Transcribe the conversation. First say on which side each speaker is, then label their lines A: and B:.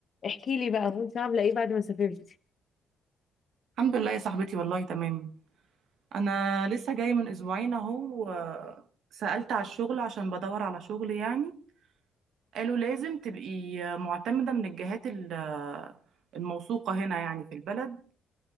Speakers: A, on the left (about 50°); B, on the right (about 75°).
A: احكي لي بقى وانت عامله ايه بعد ما سافرتي
B: الحمد لله يا صاحبتي والله تمام انا لسه جاي من اسبوعين اهو آه، سألت على الشغل عشان بدور على شغل يعني قالوا لازم تبقي معتمدة من الجهات ال- آه، الموثوقة هنا يعني في البلد